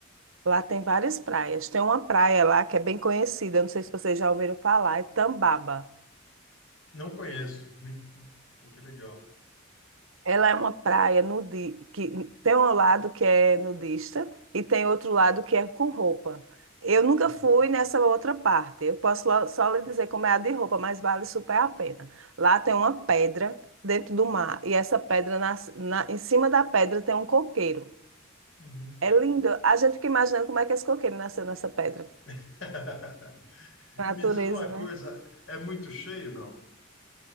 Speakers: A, on the right; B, on the left.
A: lá tem várias praias. Tem uma praia lá que é bem conhecida, não sei se vocês já ouviram falar, é Tambaba.
B: Não conheço. Me- Pô, que legal.
A: Ela é uma praia nudi que tem um lado que é nudista e tem outro lado que é com roupa. Eu nunca
B: Uhum.
A: fui nessa outra parte. Eu posso lo- só lhe dizer como é a de roupa, mas vale super a pena. Lá tem uma pedra dentro do mar e essa pedra nas- na- em cima da pedra tem um coqueiro.
B: Uhum.
A: É lindo. A gente fica imaginando como é que esse coqueiro nasceu nessa pedra.
B: <laughs>
A: Natureza,
B: E me diz uma
A: né?
B: coisa, é muito cheio, não?